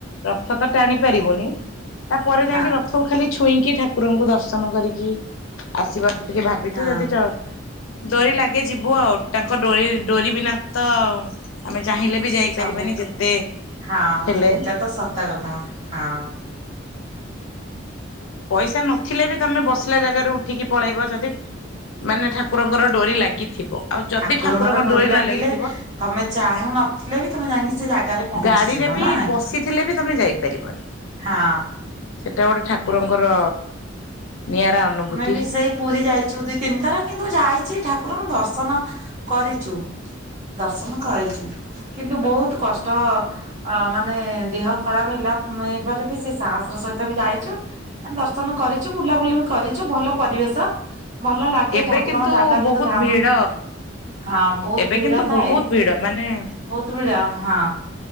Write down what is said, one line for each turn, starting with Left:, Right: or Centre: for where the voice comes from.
Left: ରଥ ତ ଟାଣି ପାରିବୁନି ତାପରେ ଯାଇକି
Right: ହଁ
Left: ରଥକୁ ଖାଲି ଛୁଇଁକି ଠାକୁରଙ୍କୁ ଦର୍ଶନ କରିକି ଆସିବାକୁ ଟିକେ ଭାବିଛୁ
Right: ହଁ
Left: ଯଦି ଡୋରି ଲାଗେ ଯିବୁ ଆଉ ତାଙ୍କ ଡୋରି ଡୋରି ବିନା ତ ଆମେ ଚାହିଁଲେ ବି ଯାଇପାରିବାନି
Right: ସବୁ
Left: ଯେତେ
Right: ହଁ
Left: ହେଲେ
Right: ସେଇଟା ତ ସତ କଥା ହଁ।
Left: ପଇସା ନଥିଲେ ବି ତମେ ବସିଲା ଜାଗାରୁ ଉଠିକି ପଳେଇବ ଯଦି ମାନେ ଠାକୁରଙ୍କର ଡୋରି ଲାଗିଥିବ। ଆଉ ଯଦି
Right: ଠାକୁରଙ୍କର
Left: ଠାକୁରଙ୍କ
Right: ଡୋରି ଲାଗିଲେ
Left: ନ ଲାଗିଥିବ
Right: ତମେ ଚାହୁଁ ନଥିଲେ ବି ତମେ ଯାଇକି ସେ ଜାଗାରେ ପହଞ୍ଚିଯିବ
Left: ଗାଡିରେ ବି
Right: ନା
Left: ବସିଥିଲେ
Right: କି
Left: ବି ତମେ ଯାଇପାରିବନି
Right: ହଁ
Left: ସେଟା ଗୋଟେ ଗୋଟେ ଠାକୁରଙ୍କର ନିଆରା ଅନୁଭୂତି
Right: ଆମେ ବି ସେଇ ପୁରୀ ଯାଇଛୁ ଦୁଇ ତିନି ଥର କିନ୍ତୁ ଯାଇଛି ଠାକୁରଙ୍କୁ ଦର୍ଶନ ଦର୍ଶନ କରିଛୁ ଦର୍ଶନ କରିଛୁ। କିନ୍ତୁ ବହୁତ କଷ୍ଟ ଅ ମାନେ ଦେହ ଖରାପ ହେଲା ପରେ ବି ସେ ସାହସର ସହି ତେ ବି ଯାଇଛୁ ଦର୍ଶନ କରିଛୁ ବୁଲାବୁଲି ବି କରିଛୁ ଭଲ ପରିବେଶ। ଭଲ ଲାଗେ
Left: ଏବେ
Right: ଠାକୁରଙ୍କ
Left: କିନ୍ତୁ
Right: ଜାଗା ଯେତୁ
Left: ବହୁତ
Right: ଧାମ।
Left: ଭିଡ
Right: ହଁ ବହୁତ
Left: ଏବେ
Right: ଭିଡ଼ା
Left: କିନ୍ତୁ
Right: ଥାଏ
Left: ବହୁତ ଭିଡ ମାନେ
Right: ବହୁତ ଭିଡ଼ା ହଁ।